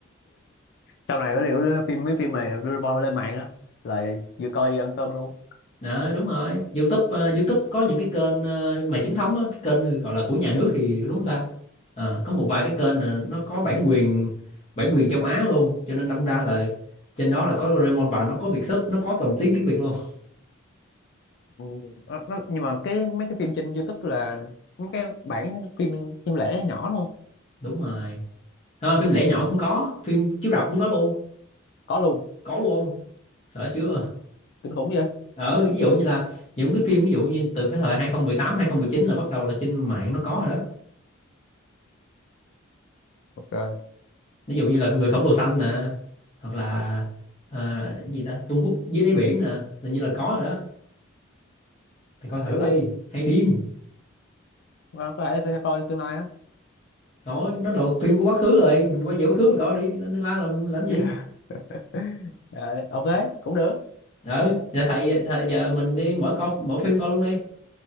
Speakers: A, on the left (about 50°); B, on the left (about 30°).
A: sau này có điều phim mấy phim mà Doraemon lên mạng á là vừa coi vừa ăn cơm luôn
B: Đó, đúng rồi. YouTube ờ, YouTube có những cái kênh ờ, mà chính thống á, cái kênh gọi là của nhà nước thì đúng không ta? Ờ, có một vài cái kênh là nó có bản quyền bản quyền châu Á luôn, cho nên đâm ra là trên đó là có Doraemon và nó có Việt sub, nó có dòng tiếng tiếng Việt luôn. <laughs>
A: Ừ, nó, nó, nhưng mà cái mấy cái phim trên YouTube là mấy cái bản phim phim lẻ nhỏ luôn
B: Đúng rồi. Ờ, phim lẻ nhỏ cũng có, phim chiếu rạp cũng có luôn,
A: có luôn
B: có luôn. Sợ chưa?
A: kinh khủng vậy
B: Ờ, ví dụ như là những cái phim ví dụ như từ cái thời 2018 chín là bắt đầu là trên mạng nó có rồi đó.
A: ok
B: Ví dụ như là Người khổng lồ xanh nè, hoặc là ờ, gì ta Vương quốc dưới đáy biển nè là như là có rồi đó thì coi thử
A: được
B: đi
A: á
B: hay điên
A: Ờ, có thể sẽ coi tương lai á
B: nói nó là phim của quá khứ rồi mình quay về quá khứ mình coi đi lên tương lai làm làm gì
A: yeah. <laughs> Ờ, ok cũng được
B: ừ giờ thầy, thầy giờ mình đi mở coi mở phim coi luôn đi